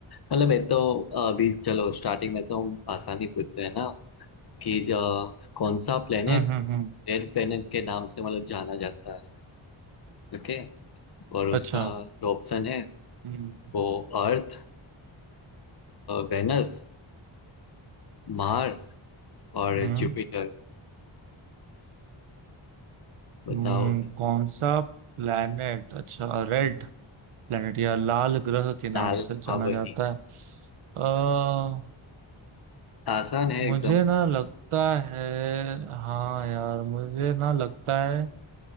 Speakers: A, on the left (about 50°); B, on the right (about 80°).
A: मतलब ये तो अभी चलो स्टार्टिंग में तो हम आसानी पूछते हैं ना कि जो कौन सा प्लेनेट
B: हम्म हम्म हम्म
A: रेड प्लेनेट के नाम से मतलब जाना जाता है ओके और उसका
B: अच्छा
A: जो ऑप्शन है
B: हम्म
A: वो अर्थ वेनस मार्स और
B: हम्म
A: जुपिटर बताओ
B: हम्म,
A: अभी
B: कौन सा प्लैनेट अच्छा रेड प्लैनेट या लाल ग्रह के नाम
A: लाल
B: से जाना
A: हाँ वही
B: जाता है अ
A: आसान है
B: मुझे
A: एकदम
B: ना लगता है हाँ यार मुझे ना लगता है